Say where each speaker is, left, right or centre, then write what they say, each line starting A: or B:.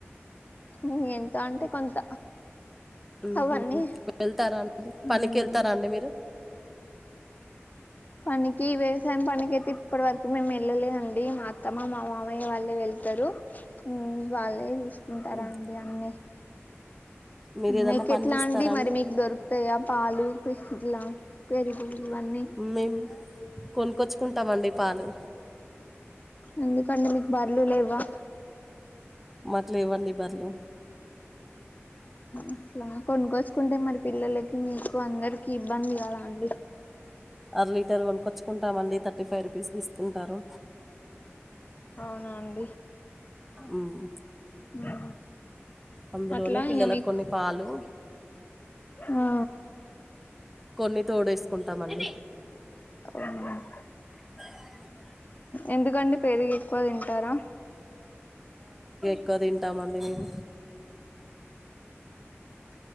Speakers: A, on the left; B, in the centre.
A: ఇగ ఎంత అంటే కొంత
B: ఉహుహు
A: అవన్నీ
B: వెళ్తారా అండి పనికి
A: ఉమ్
B: వెళ్తారా అండి మీరు?
A: పనికి వ్యవసాయం పనికి అయితే ఇప్పటి వరకు మేము వెళ్ళలేదండి మా అత్తమ్మ మా మామయ్య వాళ్ళే వెళ్తారు ప రు ఉమ్ వాళ్ళే చూసుకుంటరండి
B: మ్మ్.
A: అన్ని
B: మీరు ఏదన్నా
A: మీకు
B: పని
A: ఎట్లా
B: చేస్తారా
A: అండి మరి మీకు దొరుకుతయా పాలు పి ఇట్లా పెరుగు ఇవన్నీ
B: మేము కొనుక్కొచ్చుకుంటమండి పాలు
A: ఎందుకండి మీకు బర్లు లెవ్వా?
B: మాకు లేవండి బర్లు
A: అట్లా కొనుక్కోచ్చుకుంటే మరి పిల్లలకి మీకు అందరికి ఇబ్బంది కాదా అండి
B: అర లీటర్ కొనుకొచ్చుకుంటామండి థర్టీ ఫైవ్ రూపీస్ తీసుకుంటారు
A: అవునా అండి
B: మ్మ్.
A: ఉ
B: అందులోనే
A: అట్లా
B: పిల్లలకు
A: ఇ మీకు
B: కొన్ని పాలు
A: ఆ
B: కొన్ని తోడు వేసుకుంటామండి.
A: ఆ
B: అ
A: ఎందుకండి పెరుగి ఎక్కువ తింటారా.
B: ఒక తింటామండి మేము